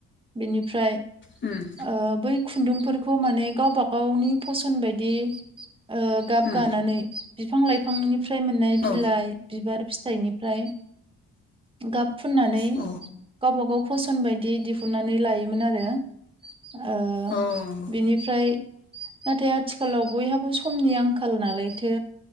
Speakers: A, on the right; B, on the left.
A: बेनिफ्राय
B: ओम
A: ओ बै खुन्दुंफोरखौ माने गावबा गावनि फसन बायदि ओ गाब
B: उम
A: गानानै बिफां लाइफांनिफ्राय मोननाय
B: औ
A: बिलाइ बिबार फिथाइनिफ्राय गाब फुननानै
B: औ
A: गावबागाव फसन बायदि दिहुननानै लायोमोन आरो ओ
B: औ नंगौ
A: बेनिफ्राय नाथाय आथिखालाव बयहाबो समनि आंखाल नालायथो